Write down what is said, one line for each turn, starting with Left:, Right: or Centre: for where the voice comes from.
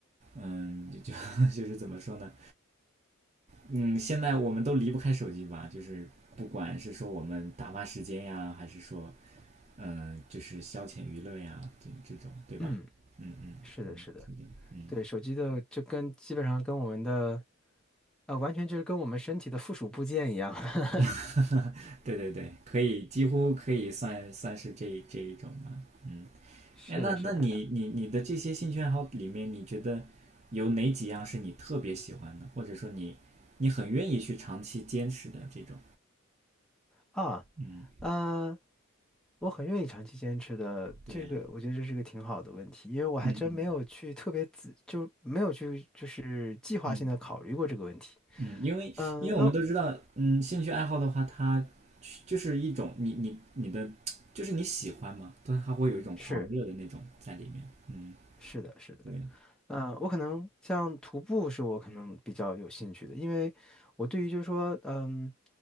Right: 嗯，就就 <laughs> 是怎么说呢？嗯，现在我们都离不开手机吧，就是不管是说我们打发时间呀，还是说嗯，就是消遣娱乐呀，这这种对吧？
Centre: 嗯，
Right: 嗯嗯嗯，
Centre: 是的，是的，
Right: 确定，嗯，
Centre: 对，手机的就跟基本上跟我们的呃，完全就是跟我们身体的附属部件一样。<laughs>
Right: <laughs> 对对对，可以，几乎可以算算是这这一种吧，嗯。
Centre: 是的，
Right: 哎，那那你你你的这些兴趣爱好里面，
Centre: 是的。
Right: 你觉得有哪几样是你特别喜欢的，或者说你你很愿意去长期坚持的这种？
Centre: 啊，
Right: 嗯，
Centre: 嗯、我很愿意长期坚持的，
Right: 对，
Centre: 这个我觉得这是个挺好的问题，因为我还真没有去特别仔，
Right: 嗯嗯
Centre: 就没有去就是计划性的考虑过这个问题。
Right: 嗯嗯，因为因为我们都知道，
Centre: 嗯，哦，
Right: 嗯，兴趣爱好的话，它就是一种你你你的，就是你喜欢嘛，但它会有一种狂热的那种在里面。
Centre: 是
Right: 嗯，
Centre: 是的，是的，
Right: 对，
Centre: 嗯，我可能像徒步是我可能比较有兴趣的，因为我对于就是说，嗯